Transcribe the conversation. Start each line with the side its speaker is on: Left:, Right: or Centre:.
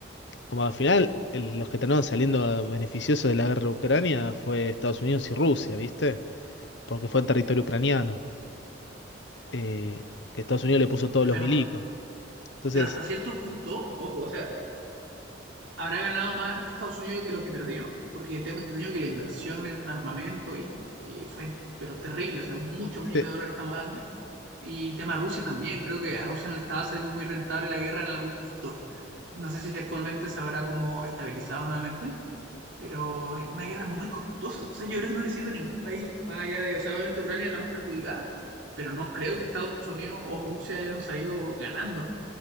Left: Como al final, el- los que terminaron saliendo beneficiosos de la guerra de Ucrania fue Estados Unidos y Rusia, ¿viste? Porque fue en territorio ucraniano, eh, que Estados Unidos le puso todos
Right: es
Left: los
Right: verdad.
Left: milicos. Entonces,
Right: Pero hasta cierto punto, ojo, o sea, ¿Habrá ganado más Estados Unidos que lo que perdió? Porque tengo entendido que la inversión en armamento y, y fue, pero terrible, o sea, muchos millones
Left: eh,
Right: de dólares estamos hablando. Y tema Rusia también, creo que a Rusia no le estaba saliendo muy rentable la guerra en algún punto. No sé si actualmente se habrá como estabilizado nuevamente, pero es una guerra muy costosa. O sea, yo creo que no le sirve a ningún país, más allá de, o sea, obviamente Ucrania es la más perjudicada, pero no creo que Estados Unidos o Rusia hayan salido ganando.